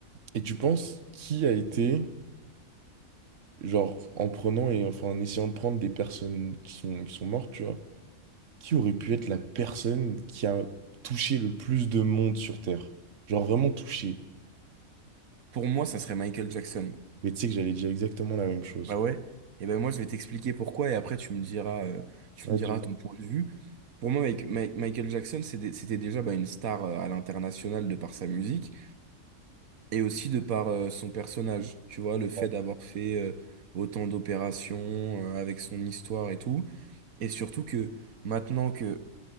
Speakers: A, on the right; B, on the right.
A: Et tu penses qui a été Genre, en prenant et enfin en essayant de prendre des personnes qui sont, qui sont mortes, tu vois. Qui aurait pu être la personne qui a touché le plus de monde sur Terre? Genre vraiment touché.
B: Pour moi, ça serait Michael Jackson.
A: Mais tu sais que j'allais dire exactement la même chose.
B: Bah ouais. Et ben moi je vais t'expliquer pourquoi et après tu me diras euh, tu
A: Ouais,
B: me diras
A: dis-moi.
B: ton point de vue. Pour moi Mike- Ma- Michael Jackson c'était c'était déjà bah, une star euh, à l'international de par sa musique et aussi de par euh, son personnage. Tu vois le fait
A: Ouais.
B: d'avoir fait euh, autant d'opérations euh, avec son histoire et tout et surtout que maintenant que